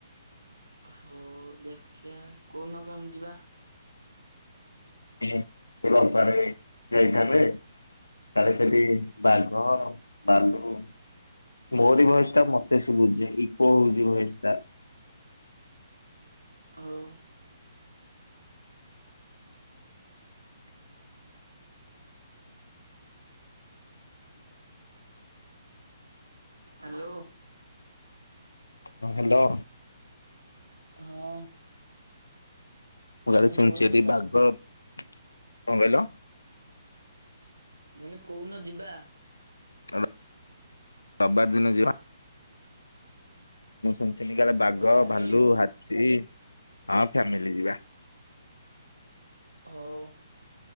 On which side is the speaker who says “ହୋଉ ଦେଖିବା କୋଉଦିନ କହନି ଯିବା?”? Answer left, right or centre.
Right